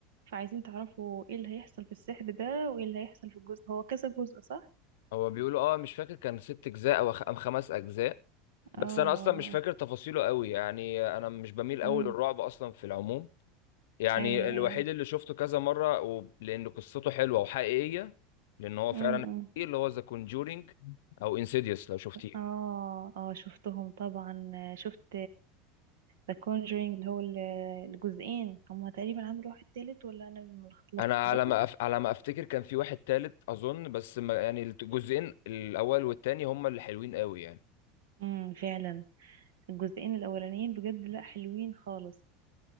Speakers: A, on the right; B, on the left.
A: فعايزين تعرفوا ايه اللي هيحصل في السحر ده وايه اللي هيحصل في الجزء هو كذا جزء صح
B: هو بيقولوا اه مش فاكر كان ست اجزاء او خ- أم خمس اجزاء بس
A: اه
B: انا اصلا مش فاكر تفاصيله قوي يعني انا مش بميل
A: امم
B: قوي للرعب اصلا في العموم يعني
A: ايوه
B: الوحيد
A: ايوه
B: اللي شفته كذا مره و... لان قصته حلوه وحقيقيه لان هو
A: امم
B: فعلا حقيقي اللي هو ذا كونجورينج او انسيديوس لو شفتيه
A: اه اه شفتهم طبعا آه، شفت ذا كونجرينج اللي هو ال- الجزئين هما تقريبا عملوا واحد تالت ولا انا اللي ملخ- ملخبطه
B: انا على ما أف... على ما افتكر كان في واحد تالت اظن بس ما... يعني الجزئين الاول والتاني هما اللي حلوين قوي يعني
A: امم فعلا الجزئين الاولانيين بجد لا حلوين خالص